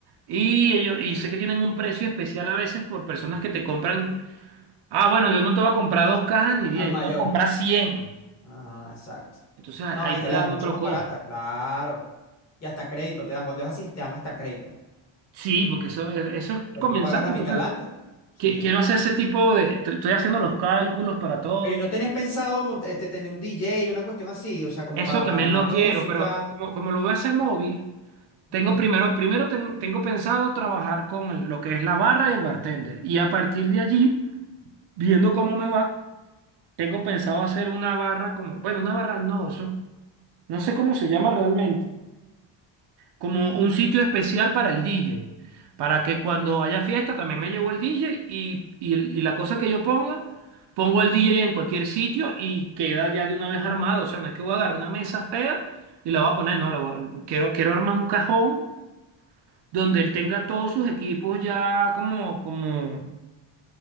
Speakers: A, on the right; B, on the left.
A: y ellos, y sé que tienen un precio especial a veces por personas que te compran Ah, bueno, yo no te voy a comprar dos cajas ni diez,
B: al mayor.
A: yo te voy a comprar cien.
B: Ajá, exacto.
A: Entonces ah,
B: No,
A: ahí
B: ahí
A: te
B: te la
A: dan
B: dejan
A: otro
B: mucho más
A: costo.
B: barata, claro. Y hasta crédito te dan, cuando es así, te dan hasta crédito.
A: Sí, porque eso, es- eso es
B: Pero
A: comenzando.
B: tú pagas la
A: Entonces,
B: mitad adelante, sí.
A: qui- quiero hacer ese tipo de. t- Estoy haciendo los cálculos para todo.
B: Pero ¿y no tenés pensado mont- este, tener un DJ, una cuestión así? O sea, como
A: Eso
B: para
A: también
B: animar
A: lo
B: música.
A: quiero, pero como, como lo voy a hacer móvil,
B: Ok.
A: tengo primero, primero ten- tengo pensado trabajar con el- lo que es la barra y el bartender. Y a partir de allí, viendo cómo me va, tengo pensado hacer una barra como. Bueno, una barra no, eso. No sé cómo se llama realmente. como un sitio especial para el DJ, para que cuando haya fiesta también me llevo el DJ y, y, el- y la cosa que yo ponga, pongo el DJ en cualquier sitio y queda ya de una vez armado. O sea, no es que voy a agarrar una mesa fea y la voy a poner, no, la voy a- quiero, quiero armar un cajón donde él tenga todos sus equipos ya como, como,